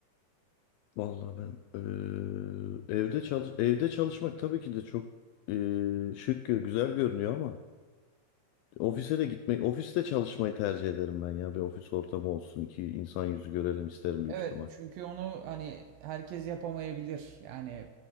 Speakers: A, on the left (about 85°); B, on the right (about 80°).
A: Vallahi ben eee, evde çalış evde çalışmak tabii ki de çok eee, şık gö- güzel görünüyor ama Ofise de gitmek, ofiste çalışmayı tercih ederim ben ya. Bir ofis ortamı olsun, iki insan yüzü görelim isterim büyük
B: Evet
A: ihtimal.
B: çünkü onu hani herkes yapamayabilir. Yani